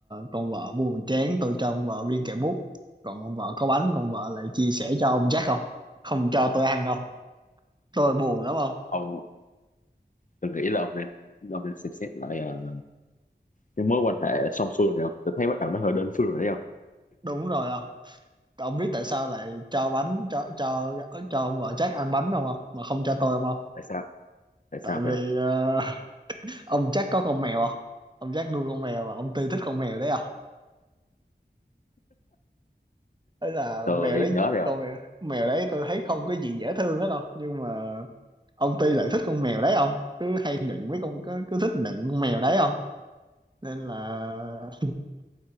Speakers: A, on the right; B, on the left.
A: con vợ buồn chán tôi cho con vợ viên kẹo mút còn con vợ có bánh con vợ lại chia sẻ cho ông Jack không không cho tôi ăn không tôi buồn lắm không
B: ông từng nghĩ là ông nên ông nên xem xét lại ờ, cái mối quan hệ song phương này không tôi thấy bắt đầu nó hơi đơn phương rồi đấy không
A: đúng rồi không ông biết tại sao lại cho bánh cho cho cho ông vợ Jack ăn bánh không không mà không cho tôi không không
B: tại sao tại sao
A: tại vì
B: vậy không
A: ờ, <laughs> ông Jack có con mèo không ông Jack nuôi con mèo và ông Ti thích con mèo đấy à ấy là
B: tôi
A: mèo đấy
B: nhớ rồi
A: con
B: không
A: mèo, mèo đấy tôi thấy không có gì dễ thương hết đâu nhưng mà ông Ty lại thích con mèo đấy không cứ hay nựng với con cứ, cứ thích nựng con mèo đấy không nên là